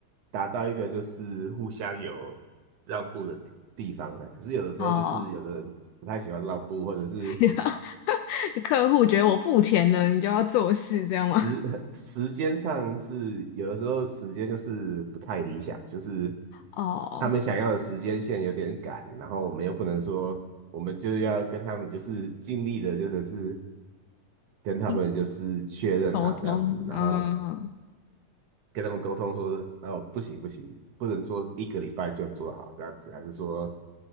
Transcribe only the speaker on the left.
哦，
<laughs> 客户觉得我付钱了，你就要做事这样吗？
哦，
<laughs> 沟通，
嗯，